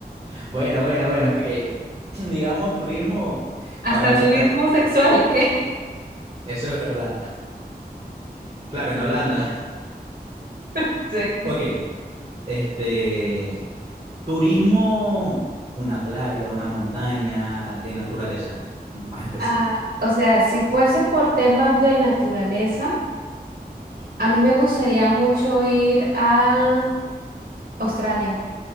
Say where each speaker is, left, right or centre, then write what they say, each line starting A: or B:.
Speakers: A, on the right; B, on the right.
A: Bueno, bueno, bueno, ok. <clears throat> Digamos turismo
B: hasta
A: para visitar,
B: turismo sexual, que
A: eso es verdad. Claro, en Holanda.
B: <laughs> sí.
A: Ok, este, Turismo, una playa, una montaña de naturaleza, más específico.
B: Ah, o sea, si fuese por temas de naturaleza. A mí me gustaría mucho ir a Australia.